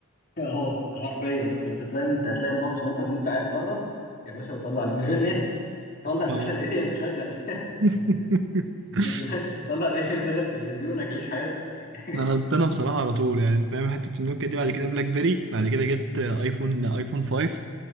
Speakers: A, on the left; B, on the right.
A: <laughs> اه حرفيا كنت تلاقي انت هتلاقي ماتش مثلا وانت قاعد بره يا باشا طلع من غير نت طلع يا
B: آه.
A: باشا الاريال وشغل <laughs>
B: <laughs>
A: انت طلع الاريال شغل تلفزيونك عيش حياتك <laughs>
B: انا انا بصراحه على طول يعني فاهم حته النوكيا دي بعد
A: اه
B: كده بلاك بيري بعد كده جبت ايفون ايفون 5